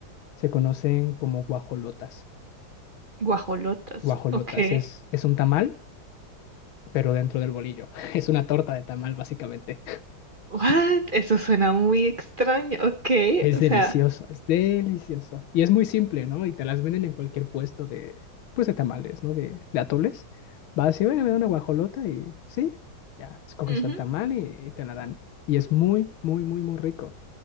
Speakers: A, on the left (about 80°); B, on the right (about 45°).
A: se conocen como guajolotas.
B: Guajolotas.
A: Guajolotas
B: Ok.
A: es, es un tamal, pero dentro del bolillo. <laughs> Es una torta de tamal, básicamente.
B: What? Eso suena muy extraño. Ok.
A: Es
B: O
A: delicioso,
B: sea.
A: es delicioso. Y es muy simple, ¿no? Y te las venden en cualquier puesto de, pues de tamales, ¿no? De, de atoles. Vas y, oye, me da una guajolota y sí, ya, escoges
B: ujú,
A: el tamal y, y te la dan. Y es muy, muy, muy, muy rico.